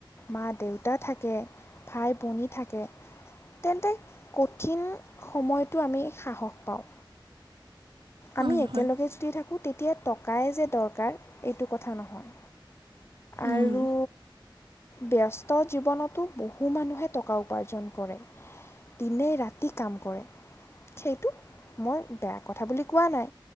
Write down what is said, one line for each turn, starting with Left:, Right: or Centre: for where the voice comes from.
Left: মা দেউতা থাকে ভাই ভনী থাকে তেন্তে কঠিন সময়তো আমি সাহস পাওঁ আমি
Right: হয়
Left: একেলগে
Right: হয়
Left: যদি থাকোঁ তেতিয়া টকাই যে দৰকাৰ এইটো কথা নহয়
Right: উম,
Left: আৰু ব্যস্ত জীৱনতো বহু মানুহে টকা উপাৰ্জন কৰে। দিনে ৰাতি কাম কৰে সেইটো মই বেয়া কথা বুলি কোৱা নাই